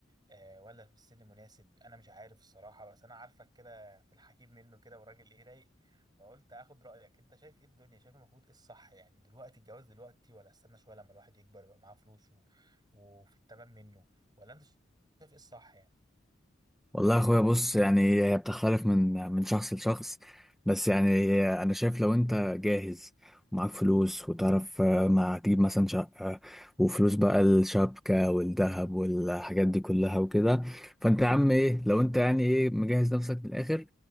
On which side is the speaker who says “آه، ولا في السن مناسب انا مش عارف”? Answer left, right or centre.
Right